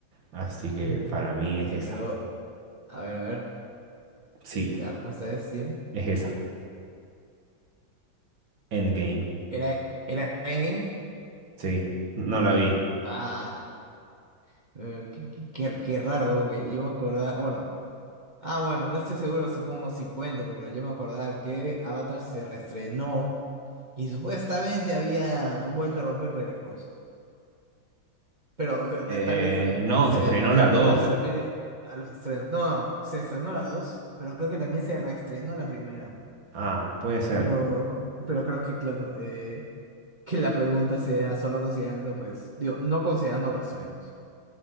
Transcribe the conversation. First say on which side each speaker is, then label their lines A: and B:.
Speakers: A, on the right; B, on the right.
A: Así que para mí es
B: Sí,
A: esa.
B: pero, a ver, a ver,
A: Sí,
B: ya la respuesta es, dime.
A: es esa. Endgame.
B: ¿Era, era Endgame?
A: Sí, no la vi.
B: Ah, eh, qué, qué- qué- qué raro, porque yo me acordaba, bueno, ah, bueno, no estoy seguro, supongo si cuente, pero yo me acordaba que Avatar se reestrenó y supuestamente había vuelto a romper récords. Pero que t-
A: Eh,
B: tal vez el-
A: no,
B: se-
A: se estrenó
B: la, la
A: la
B: pregunta
A: 2.
B: se refiere a los estrenos. No, no, se estrenó la dos, pero creo que también se reestrenó la primera.
A: Ah, puede ser.
B: Pero, pero creo que, claro, eh, que la pregunta sea solo considerando, pues, digo, no considerando reestrenos.